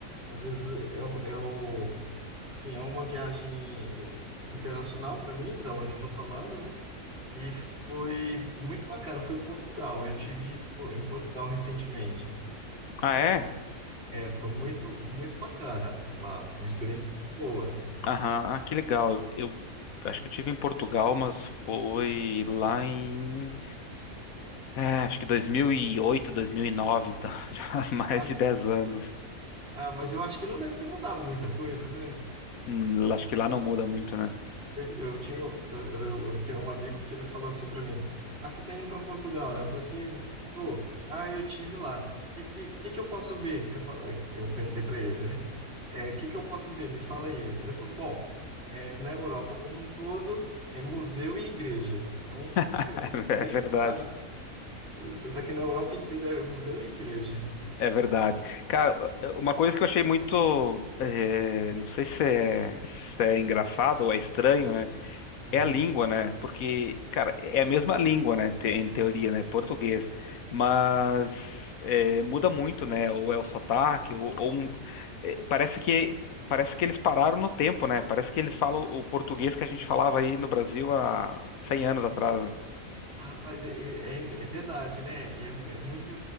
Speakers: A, on the right; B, on the left.
A: às vezes eu, eu, assim, é uma viagem é, internacional para mim, da onde eu estou falando, né? E foi muito bacana, foi Portugal. Eu tive pô, em Portugal recentemente.
B: Ah, é?
A: Foi, é, foi muito, muito bacana lá, uma experiência muito boa.
B: Aham, ah, que legal. Eu acho que eu tive em Portugal, mas foi lá em, é, acho que dois dois mil mil e oito, dois mil e nove, então <laughs> já há mais
A: Ah,
B: de 10 anos.
A: ah, mas eu acho que não deve ter mudado muita coisa, né?
B: Hum, Acho que lá não muda muito, né?
A: Eu, eu tinha, eu, eu, eu tenho um amigo que ele falou assim para mim: Ah, você tá indo para Portugal, né? Eu falei assim: Tô. Ah, eu tive lá. O que, que, que, que eu posso ver? Que você fala? é, Eu perguntei para ele, né? O que, que eu posso ver? Me fala aí. Ele falou: Bom, é, na Europa como um todo é museu e igreja. Então,
B: <laughs> É
A: você
B: verdade,
A: sabe, você sabe que na Europa inteira é museu e igreja.
B: é verdade. Cara, uma coisa que eu achei muito, eh, não sei se é, se é engraçado ou é estranho, né?
A: Sim.
B: É a língua, né? Porque, cara, é a mesma língua, né? Te- Em teoria, né? Português. Mas é, muda muito, né? Ou é o sotaque, ou, ou um- é, parece que parece que eles pararam no tempo, né? Parece que eles falam o português que a gente falava aí no Brasil há cem anos atrás. né?
A: Rapaz, é, é, é- é verdade, né? É, é muito,